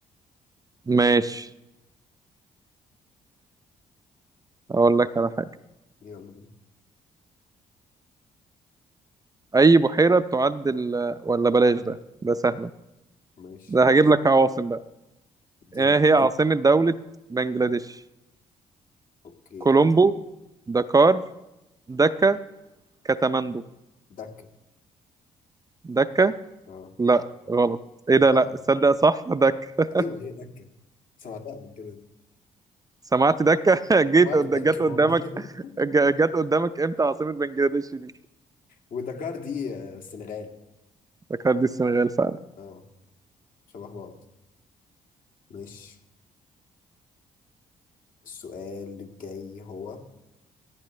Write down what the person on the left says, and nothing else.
يلا بينا.
ماشي
ادينا
بقى
اوكي
دكه
اه
بجد
ايوه هي دكه سمعتها قبل كده دي
سمعت
دكه
والله <laughs>
ودكار دي آه، السنغال
اه شبه بعض ماشي السؤال الجاي هو